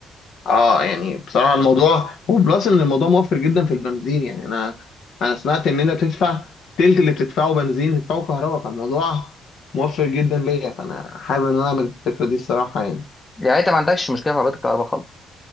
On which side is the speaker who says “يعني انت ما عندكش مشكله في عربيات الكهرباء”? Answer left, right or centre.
Left